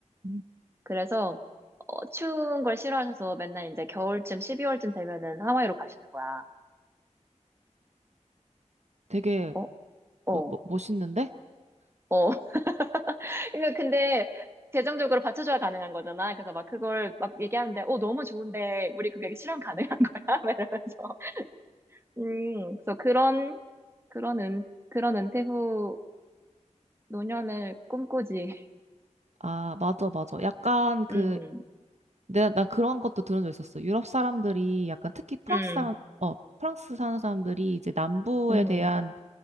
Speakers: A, on the right; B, on the right.
A: 음.
B: 그래서 어, 추운 걸 싫어하셔서 맨날 이제 겨울쯤 12월쯤 되면은 하와이로 가시는 거야.
A: 되게
B: 어, 어,
A: 뭐, 뭐- 멋있는데?
B: 어. <laughs> 그러니까 근데 재정적으로 받쳐줘야 가능한 거잖아. 그래서 막 그걸 막 얘기하는데, 어, 너무 좋은데 우리 그게 실현 가능한 거야? <laughs> 막 이러면서. 음, 그래서 그런 그런 은 그런 은퇴 후 노년을 꿈꾸지.
A: 아, 맞아, 맞아. 약간 그
B: 음,
A: 내가 나 그런 것도 들은 적 있었어. 유럽 사람들이 약간 특히 프랑스
B: 음,
A: 사람, 어, 프랑스 사는 사람들이 이제 남부에
B: 음,
A: 대한